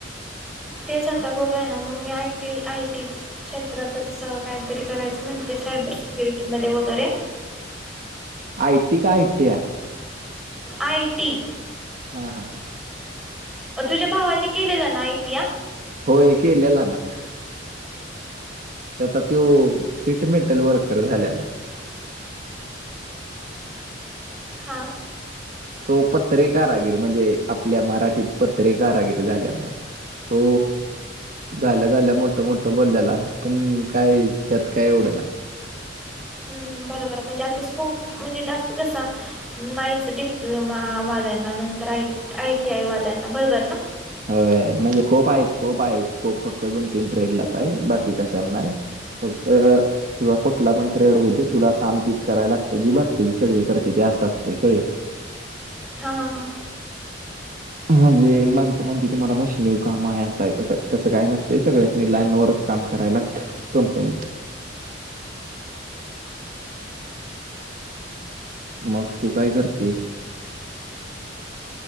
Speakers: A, in the centre; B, on the right.
A: तेच आता बघूय ना मग मी आयटी आयटी क्षेत्रातच तरी करायचं ते सायबर सिक्युरिटी मध्ये वगैरे
B: आय टी का I T I
A: I T
B: हा हा ह
A: तुझ्या भावांनी केलेलं ना आय टी आय?
B: होय केलेल ना त्याचा तो सिटमेटल वर्कर झाल्याला
A: हा
B: तो पत्रे कारागीर म्हणजे आपल्या मराठीत पत्रेकारागीर झाल्याला तो झाल्या झाल्या मोठ मोठं बोलल्याला पण काय त्यात काय एवढं नाही
A: बरोबर म्हणजे आता स्कोप म्हणजे जास्त कसा नाहीच डिप्लोमा वाल्यांना नंतर आय आय टी आय वाल्यांना बरोबर ना?
B: होय म्हणजे खूप आहे स्कोप आहे स्कोप फक्त दोन तीन ट्रेडलाच आहे बाकी कशाला नाही फक्त तुझा कुठला पण ट्रेड होते तुला काम तीच करायला लागत जी बाकी ज सगळी करते ती असं असते कळलं का
A: हां हां हां
B: म्हणजे ते म्हणते की मला मशनीव काम आहे असाय तस तसं काय नसते सगळ्यासनी लाईन वरच काम करायला कंपनीत मग तू काय करतीय?